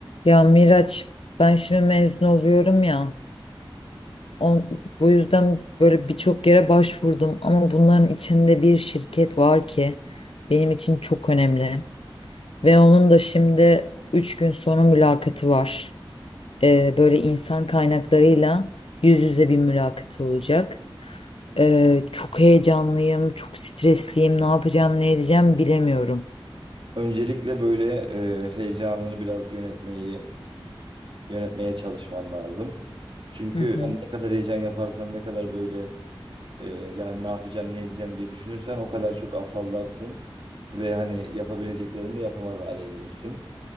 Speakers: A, on the left (about 80°); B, on the right (about 60°).
A: Ya Miraç ben şimdi mezun oluyorum ya on, bu yüzden böyle birçok yere başvurdum ama bunların içinde bir şirket var ki benim için çok önemli ve onun da şimdi 3 gün sonra mülakatı var. Ee, böyle insan kaynaklarıyla yüz yüze bir mülakat olacak. Ee, çok heyecanlıyım, çok stresliyim, ne yapacağım, ne edeceğim bilemiyorum.
B: Öncelikle böyle e, heyecanını biraz yönetmeyi yönetmeye çalışman lazım. Çünkü
A: Hı
B: yani
A: hı.
B: ne kadar heyecan yaparsan ne kadar böyle e, yani ne yapacağım ne edeceğim diye düşünürsen o kadar çok afallarsın ve hani yapabileceklerini de yapamaz hale gelirsin.